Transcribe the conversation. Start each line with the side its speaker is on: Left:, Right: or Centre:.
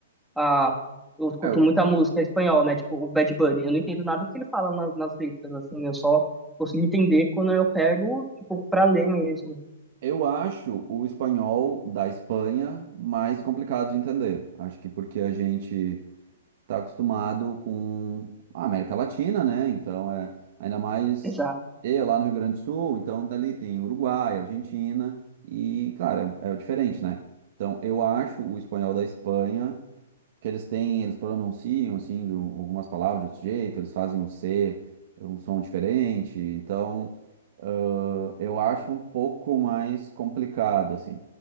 Centre: a. Eu escuto
Right: É, Eu
Centre: muita música em espanhol, né? Tipo, o Bad Bunny. Eu não entendo nada do que ele fala nas, nas letras, assim. Eu só consigo entender quando eu pego, tipo, pra ler mesmo.
Right: eu acho o espanhol da Espanha mais complicado de entender. Acho que porque a gente está acostumado com a América Latina, né? Então é ainda mais
Centre: Exato,
Right: eu lá no Rio Grande do Sul, então dali tem Uruguai, Argentina e, claro, é, é diferente, né? Então eu acho o espanhol da Espanha Porque eles têm, eles pronunciam assim de um- algumas palavras de outro jeito, eles fazem o C, um som diferente, então ãh, eu acho um pouco mais complicado assim.